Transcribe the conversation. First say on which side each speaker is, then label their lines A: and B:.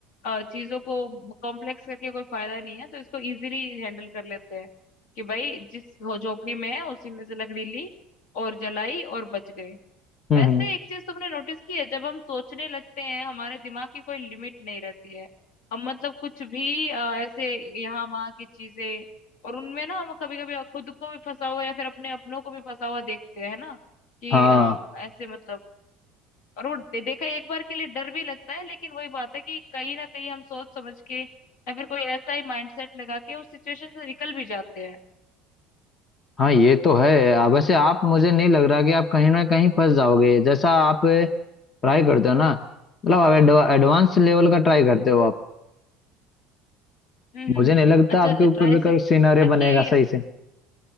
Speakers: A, on the left; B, on the left.
A: अ, चीजों को कॉम्प्लेक्स करके कोई फायदा नहीं है तो इसको इजीली हैंडल कर लेते हैं कि भाई जिस हो- झोपड़ी में है उसी में से लकड़ी ली और जलाई और बच गए
B: हम्म
A: वैसे
B: हम्म।
A: एक चीज तुमने नोटिस की है जब हम सोचने लगते हैं हमारे दिमाग की कोई लिमिट नहीं रहती है हम मतलब कुछ भी अ, ऐसे यहाँ वहाँ की चीजें और उनमें ना हम कभी कभी खुद को भी फंसा हुआ या फिर अपने अपनों को भी फंसा हुआ देखते हैं ना कि
B: हाँ
A: अ, ऐसे मतलब और वो दे, देखा एक बार के लिए डर भी लगता है लेकिन वही बात है कि कहीं ना कहीं हम सोच समझ के या फिर कोई ऐसा ही माइंडसेट लगा के उस सिचुएशन से निकल भी जाते हैं
B: हाँ ये तो है आ, वैसे आप मुझे नहीं लग रहा कि आप कहीं ना कहीं फंस जाओगे जैसा आप ट्राई करते हो ना मतलब आप एडवा, एडवांस लेवल का ट्राई करते हो आप
A: हम्म हम्म
B: मुझे
A: हम्म।
B: नहीं लगता
A: अच्छा
B: आपके ऊपर
A: ट्राई
B: भी
A: से
B: कोई सिनेरियो बनेगा
A: कि
B: सही से